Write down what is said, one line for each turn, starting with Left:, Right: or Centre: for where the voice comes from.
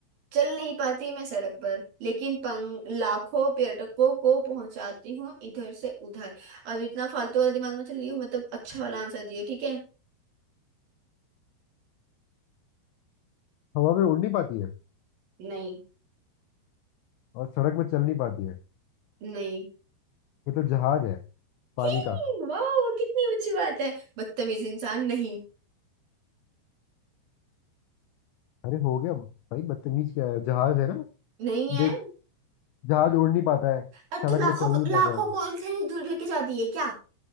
Right: चल नहीं पाती मैं सड़क पर लेकिन पंग लाखों पर्यटकों को पहुंचाती हूँ इधर से उधर अब इतना फालतू वाला दिमाग में चल रही हो मतलब अच्छा वाला आंसर दियो ठीक है
Left: हवा में उड़ नहीं पाती है
Right: नहीं
Left: और सड़क में चल नहीं पाती है
Right: नहीं
Left: ये तो जहाज है पानी
Right: ही,
Left: का
Right: वाह कितनी अच्छी बात है बदतमीज इंसान नहीं
Left: अरे हो गया भाई बदतमीज क्या है जहाज है ना
Right: नहीं है
Left: देख जहाज उड़ नहीं पाता है
Right: अब
Left: सड़क
Right: तो लाखों
Left: में चल नहीं पाता
Right: लाखों
Left: है
Right: को इतनी दूर लेके जाती है क्या